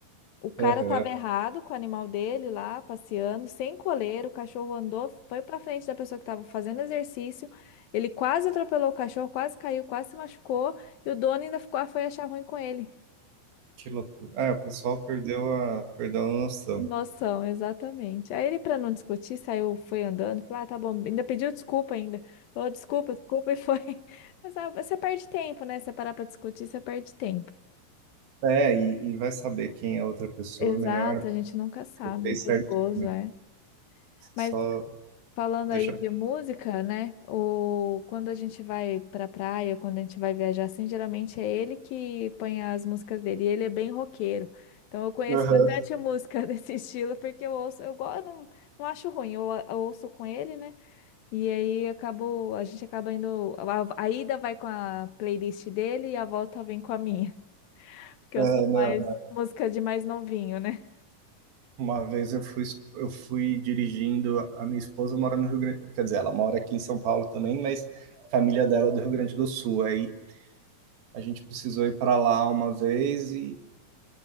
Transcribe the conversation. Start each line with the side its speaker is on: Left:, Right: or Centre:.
Left: O cara
Right: Aham,
Left: tava errado com o animal dele lá, passeando, sem coleira. O cachorro andou, foi pra frente da pessoa que tava fazendo exercício. Ele quase atropelou o cachorro, quase caiu, quase se machucou. E o dono ainda ficou, foi achar ruim com ele.
Right: que loucura. Ah, o pessoal perdeu a, perdeu a noção.
Left: Noção, exatamente. Aí ele, para não discutir, saiu, foi andando, falou, ah, tá bom, ainda pediu desculpa ainda. Falou, desculpa, desculpa, e foi. <laughs> Mas ah, você perde tempo, né? você parar para discutir, você perde tempo.
Right: É, e, e vai saber quem é a outra pessoa,
Left: Exato,
Right: é melhor
Left: a gente nunca sabe,
Right: fez
Left: é perigoso,
Right: certinho. né?
Left: é. Mas
Right: Só
Left: falando
Right: deixa.
Left: aí de música, né? O... Quando a gente vai pra praia, quando a gente vai viajar assim, geralmente é ele que põe as músicas dele, e ele é bem roqueiro. Então eu conheço
Right: Aham.
Left: bastante música <laughs> desse estilo, porque eu ouço, eu, go- eu não, não acho ruim, eu, eu ouço com ele, né? E aí acabou, a gente acaba indo. A, a ida vai com a playlist dele e a volta vem com a minha. <laughs> Que
Right: É,
Left: eu sou
Right: não.
Left: mais música de mais novinho, né?
Right: Uma vez eu fui, eu fui dirigindo, a minha esposa mora no Rio Grande, quer dizer, ela mora aqui em São Paulo também, mas a família dela é do Rio Grande do Sul. Aí a gente precisou ir para lá uma vez e